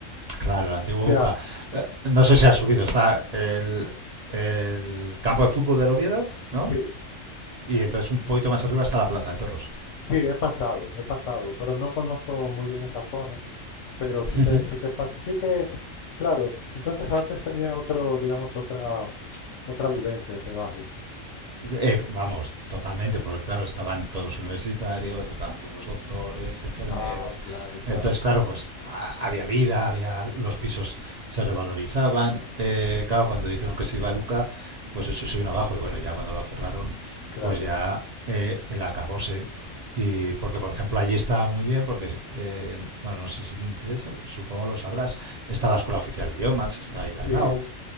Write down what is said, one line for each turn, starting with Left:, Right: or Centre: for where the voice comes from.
Right: Claro, la antigua
Left: Sí,
Right: UCA.
Left: ah,
Right: Eh, No sé si ha subido, está el, el campo de fútbol del Oviedo, ¿no?
Left: sí,
Right: Y entonces un poquito más arriba está la Plaza de Toros.
Left: sí, he pasado, he pasado, pero no conozco muy bien esa zona, pero sí
Right: <laughs>
Left: que, sí que pasa, sí que es, claro. Entonces antes tenía otro, digamos, otra Otra vivencia ese barrio.
Right: Eh, vamos, totalmente, porque claro, estaban todos los universitarios, estaban todos los doctores, enfermeros.
Left: Ah, claro, claro,
Right: Entonces, claro, pues a- había vida, había los pisos se revalorizaban. Eh, claro, cuando dijeron que se iba a Luca, pues eso se vino abajo. Y bueno, ya cuando lo cerraron,
Left: claro.
Right: pues ya eh, el acabose. Y porque, por ejemplo, allí está muy bien, porque, eh, bueno, no sé si te interesa, supongo lo sabrás, está la Escuela Oficial de Idiomas, está ahí al
Left: Sí,
Right: lado.